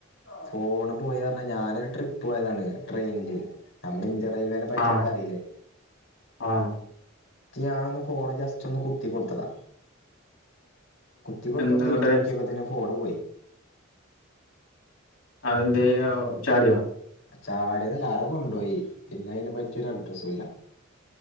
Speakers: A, on the left (about 70°); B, on the left (about 85°).
A: ഫോണ് പോയിറഞ്ഞ ഞാനൊരു ട്രിപ്പ് പോയതാണ് ട്രെയിൻല് നമ്മളെ ഇന്ത്യ യിൽവേനെ പറ്റി
B: ആഹ്
A: അൻക്കറീലേ
B: ആഹ്
A: ഞാനൊന്ന് ഫോണ് ജസ്റ്റ് ഒന്ന് കുത്തി കൊട്ത്തതാ കുത്തിക്കൊട്ത്തൊന്ന്
B: എന്തെങ്ങട്ട്
A: തിര്ഞ് നോക്കിപ്പോത്തന്നെ ഫോണ് പോയി
B: അതെന്തേയ്‌ ഓ ചാടിയോ
A: ചാട്യതല്ല ആരൊ കൊണ്ടോയി പിന്നെ അയ്നെപ്പറ്റിയൊരു അഡ്രസുല്ല <inaudible>